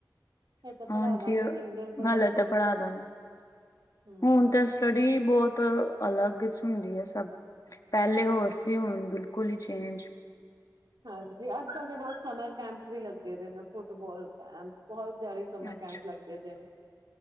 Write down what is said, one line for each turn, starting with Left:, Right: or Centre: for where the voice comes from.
Right: ਹਜੇ ਤਾਂ
Left: ਹਾਂਜੀ
Right: ਪੜ੍ਹਾ ਦਾਂਗੇ ਜਿੰਨੀ ਦੇਰ ਪੜ੍ਹਨਗੇ
Left: ਹਲੇ ਤਾਂ ਪੜਾ ਦਾਂਗਾ
Right: ਹਮ
Left: ਹੁਣ ਤੇ ਸਟੱਡੀ ਬਹੁਤ ਅਲੱਗ ਹੁੰਦੀ ਹੈ ਸਭ ਪਹਿਲੇ ਹੋਰ ਸੀ ਹੁਣ ਬਿਲਕੁਲ ਹੀ ਚੇਂਜ
Right: ਹਾਂਜੀ ਅੱਜ ਕੱਲ ਤਾਂ ਬਹੁਤ ਸਮਰ ਕੈਂਪ ਵੀ ਲੱਗੇ ਦੇ ਨੇ ਫੁੱਟਬਾਲ ਕੈਂਪ ਬਹੁਤ ਜ਼ਿਆਦੇ ਸਮਰ
Left: ਅੱਛਾ
Right: ਕੈਂਪ ਲੱਗੇ ਨੇ